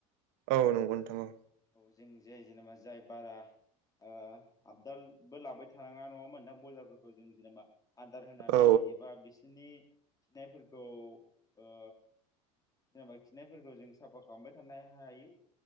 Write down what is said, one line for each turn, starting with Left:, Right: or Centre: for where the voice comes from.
Right: औ नंगौ नोंथां औ।
Left: औ जों जे जेनेबा जाय बारा ओ आबदालबो लाबाय थानाङा नङा होनबा नोंथां बयलारफोरखौ जों जेनेबा आदार होनानै
Right: औ
Left: एबा बिसोरनि खिनायफोरखौ ओ जेनेबा खिनायफोरखौ जों साफा खालामबाय थानो हायो